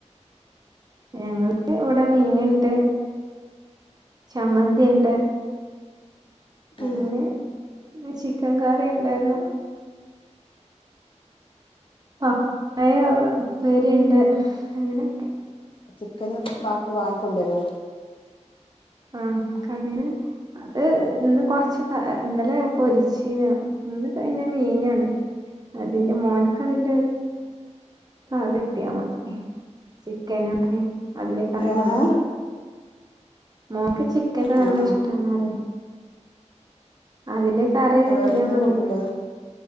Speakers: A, on the right (about 35°); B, on the left (about 45°).
A: ഞങ്ങളൾക്ക് ഇവിടെ മീന്ണ്ട് ചമ്മന്തി ന്തിണ്ട് പിന്നെ
B: ഏഹ്
A: ചിക്കൻ കറിണ്ട് <unintelligible> പപ്പയ ഉപേരിണ്ട് അങ്ങനെക്കെ
B: ചിക്കന് വാപ്പ വാങ്ങിക്കൊണ്ടരോ
A: ആഹ കടന് അത് ഇന്ന് കൊർച്ച് ഇന്നലെ പൊരിച്ചീന ഇന്ന് കയ്ന് മീനാണ് അതിന്റെ മോൻക്ക് അതിന്റെ അതിട്ട്യാ മതി ചിക്കനൊക്കെ അതിലെ കറി
B: ഏഹ്
A: മതി മോൻക്ക് ചിക് ക്കന് നല്ല
B: ആഹ് ആഹ്
A: ഇഷ്ടാണ് പറ അതിന്റെ കറി കിട്ടിയാ
B: എവ മീൻ
A: മതി
B: കൂട്ടൂലേ